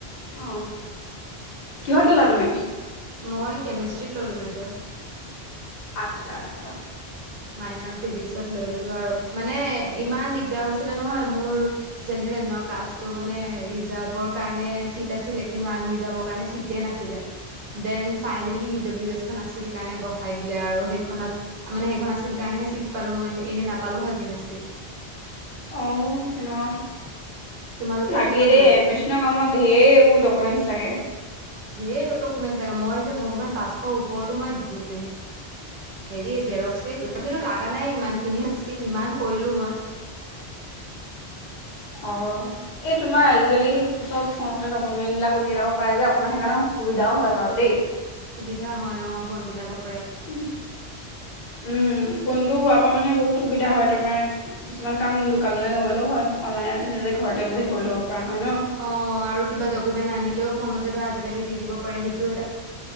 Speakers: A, on the left; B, on the right.
A: অ কিহত ললা তুমি-
B: মই কেমেষ্ট্ৰিত ল'লো মেজৰ
A: আচ্ছা আচ্ছা
B: মাইনৰ ফিজিক্সত লৈ ললো আৰু মানে ইমান দিগদাৰ হৈছিলে নহয় মোৰ জেনেৰেল ন কাষ্টটো মানে ৰিজাৰ্ভৰ কাৰণে চিট আছিলে কিন্তু আনৰিজাৰ্ভৰ কাৰণে চিট ছিটে নাছিলে দেন ফাইনেলি ই ডব্লিউ এছখনন আছিল কাৰণে বচাই দিলে আৰু সেইখনত মানে সেইখন আছ কাৰণেহে ছিট পালো মই এনে নাপালো হয় কেমেস্ত্ৰীত
A: অঁ তেনেকুৱা কথা
B: তোমালোকে
A: লাগে
B: তুমি ক'ত
A: দেই
B: ল'লা
A: এডমিচনৰ কামত ঢেৰবোৰ ডকুমেন্টচ লাগে।
B: ধেইৰ ডকুমেন্ট লাগে মই যে ভগৱান পাঁচশৰ ওপৰতো মই হেৰিয়ে জেৰক্সে কিন্তু লগা নাই ইমান খিনি ষ্টিল ইমান কৰিলোঁ মই
A: অঁ, এই তোমাৰ আজিকালি চব ফোনতে ডকুমেণ্ট বিলাক উলিয়াই লাব পাৰে যে অকমান সেইকাৰণে অসুবিধাও হয় বাৰু দেই।
B: সুবিধা হয়ঁ অ ফোন বিলাকক।
A: উ উমঁ ফোনটো হোৱাৰ পৰা মানে বহুত সুবিধা হয় তোমাৰ- কিছুমান কাম দোকানলৈ নগলেও হয় অনলাইনতে নিজে ঘৰতে বহি কৰি ল'ব পৰা হয় ন।
B: অঁ আৰু কিবা ডকুমেণ্ট আনিলেও ফোনতে ধৰ আজিকালি দি দিব পাৰে সেইটো এটা-